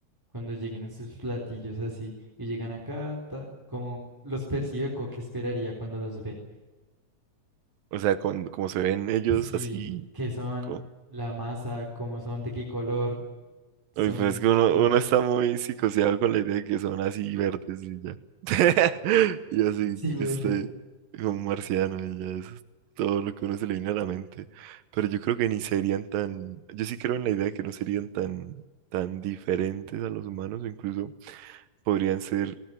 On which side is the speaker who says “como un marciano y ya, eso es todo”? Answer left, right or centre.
Right